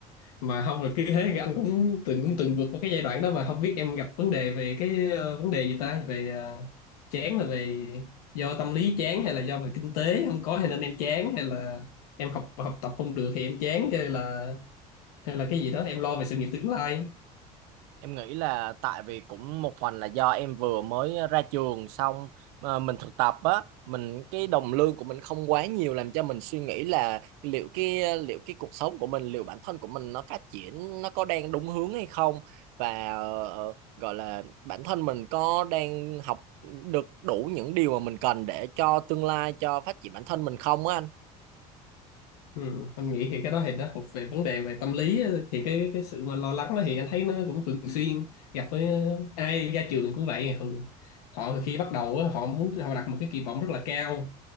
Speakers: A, on the left; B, on the right.
A: mà không là cứ thế anh cũng từng cũng từng vượt qua cái giai đoạn đó mà không biết em gặp vấn đề về cái ờ, vấn đề gì ta về ờ, chán là về do tâm lý chán hay là do về kinh tế không có hay nên em chán hay là em học học tập không được thì em chán hay là hay là cái gì đó em lo về sự nghiệp tương lai
B: Em nghĩ là tại vì cũng một phần là do em vừa mới ra trường xong mà mình thực tập á, mình cái đồng lương của mình không quá nhiều làm cho mình suy nghĩ là liệu cái liệu cái cuộc sống của mình, liệu bản thân của mình nó phát triển nó có đang đúng hướng hay không và ờ, gọi là bản thân mình có đang học được đủ những điều mà mình cần để cho tương lai cho phát triển bản thân mình không á anh.
A: Ừ, anh nghĩ thì cái đó thì nó thuộc về vấn đề về tâm lý á. thì cái cái sự mà lo lắng đó thì anh thấy nó cũng thường xuyên gặp với ai ra trường cũng vậy thường họ khi bắt đầu á, họ muốn họ đặt một cái kỳ vọng rất là cao